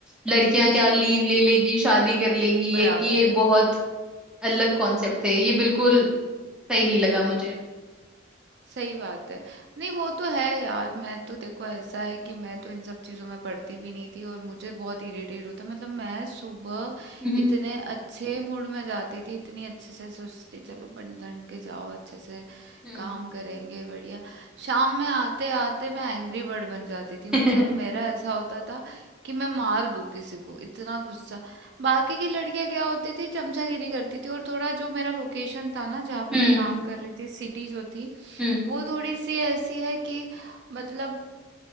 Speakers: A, in the centre; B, on the right.
A: लड़कियां क्या लीव ले लेगी शादी कर लेंगी
B: बराबर
A: ये कि ये
B: है
A: बहुत अलग कॉन्सेप्ट थे ये बिल्कुल सही नहीं लगा मुझे
B: सही बात है नहीं वो तो है यार मैं तो देखो ऐसा है कि मैं तो इन सब चीज़ों में पढ़ती भी नहीं थी और मुझे बहुत इरिटेट होता मतलब मैं सुबह
A: हम्म
B: इतने अच्छे मूड में जाती थी इतनी अच्छे से सोचती थी चलो बन ठन के जाओ अच्छे से
A: हम्म
B: काम करेंगे बढ़िया शाम में आते आते मैं एंग्री बर्ड बन जाती थी
A: <laughs>
B: मतलब मेरा ऐसा होता था कि मैं मार दूं किसी को इतना गुस्सा बाकी की लड़कियां क्या होती थी चमचागिरी करती थी और थोड़ा जो मेरा लोकेशन था ना जहाँ पे
A: हम्म
B: मैं काम कर रही थी सिटी जो थी
A: हम्म
B: वो थोड़ी सी ऐसी है कि मतलब